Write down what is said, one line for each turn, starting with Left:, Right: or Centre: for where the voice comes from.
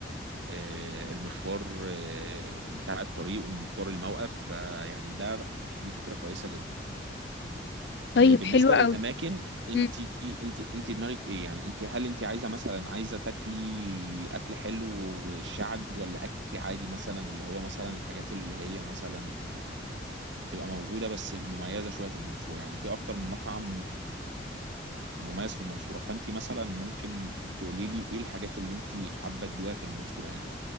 Right: آه، المشوار آه، بتاع الطريق ومشوار الموقف فيعني ده دي فكرة كويسة جدا
Left: طيب
Right: آه، بالنسبة
Left: حلو قوي
Right: للأماكن انت
Left: مم.
Right: انت انت دماغك ايه يعني انت هل انت عايزة مثلا عايزة تاكلي أكل حلو شعب ولا أكل عادي مثلا اللي هو مثلا الحاجات اللي هي مثلا آه، تبقى موجودة بس مميزة شوية في المنصورة يعني في أكتر من مطعم مميز في المنصورة فانت مثلا ممكن تقولي لي ايه الحاجات اللي انت حابة تدوها في المنصورة هنا